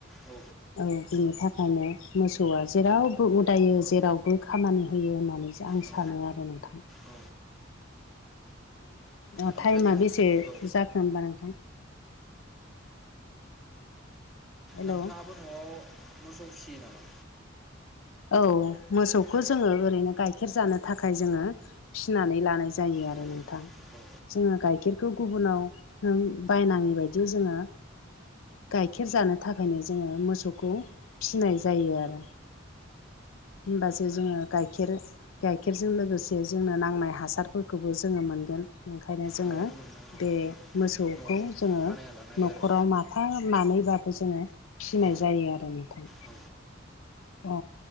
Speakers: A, in the centre; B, on the left.
A: औ
B: औ बिनि थाखायनो मोसौआ जेरावबो उदायो जेरावबो खामानि होयो होननानै आं
A: औ
B: सानो आरो नोंथां।
A: औ
B: अ
A: ओमफ्राय
B: टाइमा
A: नों
B: बेसे
A: औ
B: जाखो होनबा नोंथां? हेलौ
A: नोंथाङाबो न'आव मोसौ फिसियो नामा?
B: औ मोसौखौ
A: औ
B: जोङो ओरैनो गाइखेर जानो थाखाय जोङो फिनानै लानाय जायो आरो
A: औ
B: नोंथां।
A: औ
B: जोङो गाइखेरखौ गुबुनाव ओ बायनाङि बायदि जोङो गाइखेर जानो थाखायनो जोङो मोसौखौ फिनाय जायो आरो होमबासो जोङो गाइखेर गाइखेरजों लोगोसे जोंनो नांनाय हासारफोरखौबो जोङो मोनगोन ओंखायनो जोङो
A: न'आवनो मोनो औ
B: बे मोसौखौ
A: न'आवनो
B: जोङो
A: बानायना लानो हायो
B: न'खराव
A: आरो
B: माफा मानैबाबो जोङो फिनाय
A: औ
B: जायो आरो नोंथां।
A: औ
B: औ